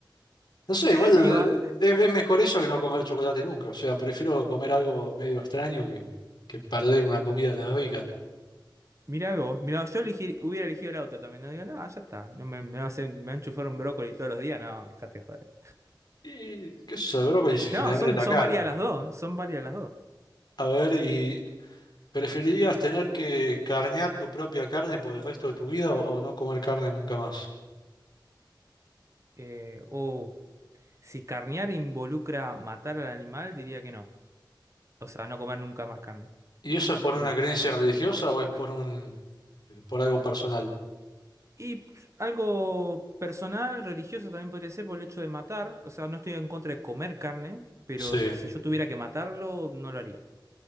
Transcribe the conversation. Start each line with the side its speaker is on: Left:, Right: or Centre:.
Left: No sé,
Right: <laughs>
Left: igual eh,
Right: Iba
Left: es, es mejor eso que no comer chocolate nunca. O sea, prefiero comer algo medio extraño que, que perder una comida tan rica.
Right: Mirá vos, mirá, vos, yo elegí- hubiera elegido el auto también. No digo, no, ya está. No me, me va a hacer- me va a enchufar un brócoli todos los días. No, dejate de joder.
Left: Y qué sé yo, el brócoli generalmente
Right: No, son,
Left: está
Right: son
Left: caro.
Right: válidas las dos. Son válidas las dos.
Left: A ver, ¿y preferirías tener que carnear tu propia carne por el resto de tu vida o o no comer carne nunca más?
Right: Eh, oh, si carnear involucra matar al animal, diría que no. O sea, no comer nunca más carne.
Left: ¿Y eso es por una
Right: Uh.
Left: creencia religiosa o es por un, por algo personal?
Right: Y pues, algo personal, religioso también podría ser por el hecho de matar. O sea, no estoy en contra de comer carne, pero
Left: Sí.
Right: si yo tuviera que matarlo, no lo haría.